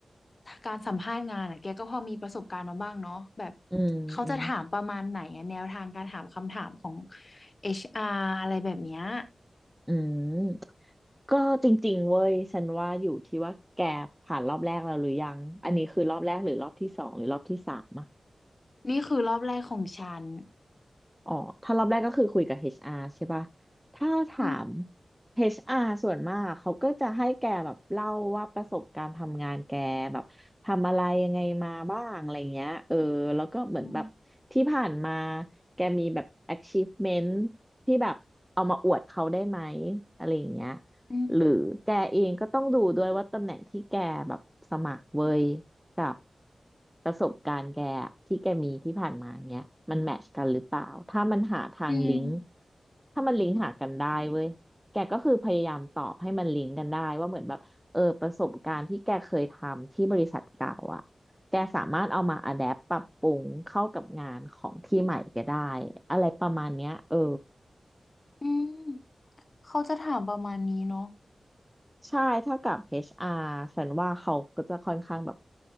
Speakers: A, on the left; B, in the centre.
A: ถ้าการสัมภาษณ์งานอ่ะแกก็พอมีประสบการณ์มาบ้างเนาะแบบ
B: อืม
A: เขาจะถามประมาณไหนอะแนวทางการถามคำถามของ
B: อืม
A: HR อชอาร์อะไรแบบเนี้ย
B: อืมก็จริงๆเว้ย ฉันว่าอยู่ที่ว่าแกผ่านรอบแรกแล้วหรือยัง อันนี้คือรอบแรกหรือรอบที่สองหรือรอบที่สามอะ
A: นี่คือรอบแรกของฉัน
B: อ๋อถ้ารอบแรกก็คือคุยกับ HR ใช่ป่ะ ถ้าถาม
A: อืม
B: HR ส่วนมากเขาก็จะให้แกแบบเล่าว่าประสบการณ์ทำงานแกแบบทำอะไรยังไงมาบ้างอะไรเงี้ยเออแล้วก็เหมือนแบบที่ผ่านมา
A: อืม
B: แกมีแบบ achievement ที่แบบเอามาอวดเขาได้ไหมอะไรอย่างเงี้ย
A: อืม
B: หรือแกเองก็ต้องดูด้วยว่าตำแหน่งที่แกแบบสมัครเว้ย กับประสบการณ์แกอะที่แกมีที่ผ่านมาเนี้ยมันแมทช์กันหรือเปล่าถ้ามันหาทางลิงก์
A: อืม
B: ถ้ามันลิงก์หากันได้เว้ยแกก็คือพยายามตอบให้มันลิงก์กันได้ว่าเหมือนแบบเออประสบการณ์ที่แกเคยทำที่บริษัทเก่าอ่ะแกสามารถเอามาอะแดปปรับปรุงเข้ากับงานของที่ใหม่แกได้อะไรประมาณเนี้ยเออ
A: อืม เขาจะถามประมาณนี้เนาะ
B: ใช่ถ้ากับ HR ฉันว่าเขาก็จะค่อนข้างแบบ